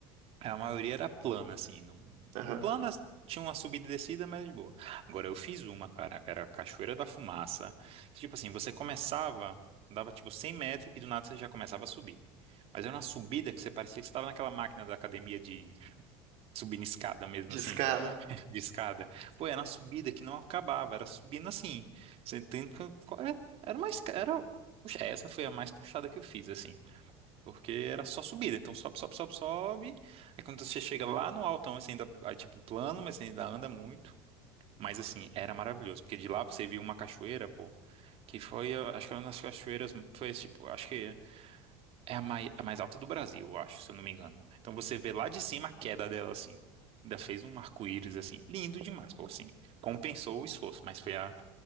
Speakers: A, on the right; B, on the right.
A: a maioria era plana, assim. Não...
B: aham.
A: Tipo, planas tinha uma subida e descida, mas de boa. Agora, eu fiz uma, cara, que era a Cachoeira da Fumaça. Que, tipo assim, você começava, dava tipo 100 metros e do nada você já começava a subir. Mas era uma subida que você parecia que você estava naquela máquina da academia de subindo escada mesmo,
B: De
A: assim,
B: escada,
A: <laughs> de escada. Pô, era uma subida que não acabava, era subindo assim. Você tem que. Era mais. Era, puxa, essa foi a mais puxada que eu fiz, assim. Porque era só subida. Então sobe, sobe, sobe, sobe. Aí quando você chega lá no altão, você ainda. Aí, tipo, plano, mas você ainda anda muito. Mas assim, era maravilhoso. Porque de lá você viu uma cachoeira, pô. Que foi, eu acho que uma das cachoeiras. Foi tipo, acho que. É a mais, a mais alta do Brasil, eu acho, se eu não me engano. Então você vê lá de cima a queda dela, assim. Ainda fez um arco-íris, assim, lindo demais, pô, assim. Compensou o esforço, mas foi a,